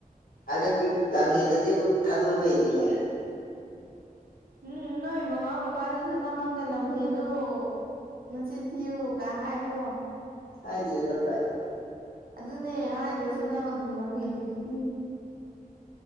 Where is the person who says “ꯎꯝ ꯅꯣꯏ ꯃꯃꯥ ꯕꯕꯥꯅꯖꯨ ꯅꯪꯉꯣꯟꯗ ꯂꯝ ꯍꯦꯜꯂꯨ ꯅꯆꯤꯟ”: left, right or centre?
Right